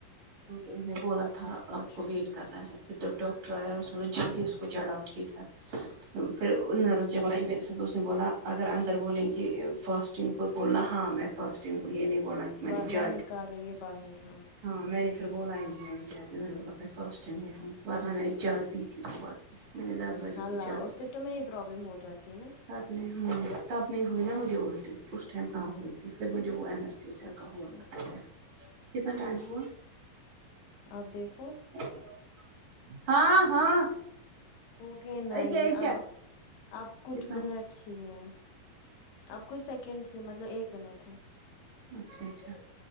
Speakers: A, on the right; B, on the left.
A: انھوں نے بولا تھا آپ
B: اچھا
A: کو ویٹ
B: ٹھیک
A: کرنا ہے پھر جب ڈاکٹر آیااور سمجھواس کوجلدی چڑھاؤ ٹھیک ہے فر نرج
B: ہمم ہمم
A: جب آئی میرے ساتھ تو اس نے بولا اگر اندر بولیں کہ فاسٹنگ کو بولنا ہاں میں فاسٹنگ کو یہ نہیں بولنا میں
B: ورنہ
A: نے چائے
B: نکالیں
A: پی
B: گے باہر
A: ہاں میں بھی پھر بولا ہی نہیں میں نے چائے پی میں نے بولا میں فاسٹنگ میں ہوں ورنہ میں چائے پیتی تو باقی میرے انداز میں بجے
B: ہاں
A: کی
B: لاؤ
A: چائے
B: اس سے تو میری پروبلم ہوجاتی ہے نا
A: تب نہیں ہمم تب نہیں ہوئی نا مجھے الٹی اس ٹائم کہاں ہوئی پھر وہ مجھے اناستتھیا
B: اچھا
A: کا ہوا
B: ٹھیک
A: تھا کتنا ٹائم ہوا
B: آپ دیکھو
A: چیم ہاں ہاں
B: ہو گئے نائن
A: کیا کیا
B: اب اب کچھ
A: کتنا
B: منٹس ہی ہے اب کچھ سیکنڈس ہی ہے مطلب ایک منٹ ہے
A: اچھا اچھا